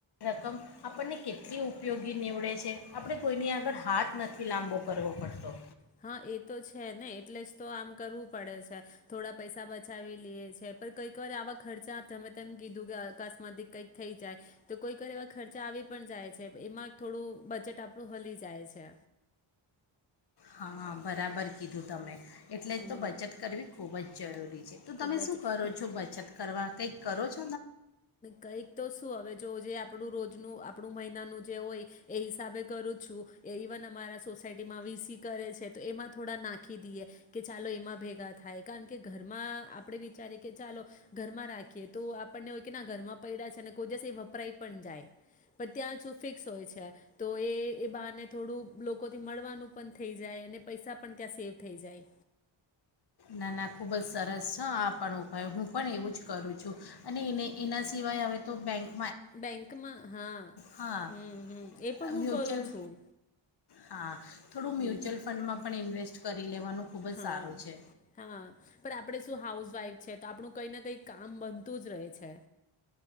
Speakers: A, on the left (about 50°); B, on the left (about 20°).
A: રકમ આપણને કેટલી ઉપયોગી નીવડે છે. આપણે કોઈની આગળ હાથ નથી લાંબો કરવો પડતો.
B: હા એ તો છે ને, એટલે જ તો આમ કરવું પડે છે. થોડા પૈસા બચાવી લઈએ છે. પણ કઈક વાર આવા ખર્ચા તમે તેમ કીધું કે અકસ્માત કંઈક થઈ જાય તો, કોઈક વાર એવા ખર્ચા આવી પણ જાય છે એમાં થોડું બજેટ આપણું હલી જાય છે.
A: હા બરાબર કીધું તમે એટલે
B: હમ
A: જ તો બચત કરવી ખૂબ જ જરૂરી. છે તો
B: ખૂબ
A: તમે શું
B: જ
A: કરો
B: હું
A: છો બચત? કરવા કંઈક કરો જ?
B: કંઈક તો શું હવે જો જે? આપણું રોજનું આપણું મહિનાનું જે હોય એ હિસાબે કરું છું. એ ઇવન અમારા સોસાયટીમાં વીસી કરે છે તો એમાં થોડા નાખી દઈએ કે ચાલો એમાં ભેગા થાય કારણ કે ઘરમાં આપણે વિચારીએ કે ચાલો ઘરમાં રાખીએ તો આપ આપને હોય કે ના ઘરમાં પડ્યા છે અને કોઈ દિવસ એ વપરાય પણ જાય પણ ત્યાં ફિક્સ હોય છે તો એ બહારને થોડું લોકોથી મળવાનું પણ થઈ જાય અને પૈસા પણ ત્યાં સેવ થઈ જાય
A: ના ના ખૂબ જ સરસ છે, આ પણ ઉપાય હું પણ એવું જ કરું છું અને એને એના સિવાય હવે તો કાંઈક
B: બેંકમાં હા
A: હા
B: હમ હમ એ પણ હું
A: મ્યુચ્યુઅલ
B: કરું છું.
A: હા! થોડુ મ્યચુઅલ
B: હમ
A: ફંડ પણ ઇવેસ્ટ કરી લેવાનું ખૂબ જ
B: હા
A: સારું છે
B: હા પણ આપણે શું હાઉસવાઈફ છે તો, આપણું કઈ ને કઈ કામ બનતું જ રહે છે.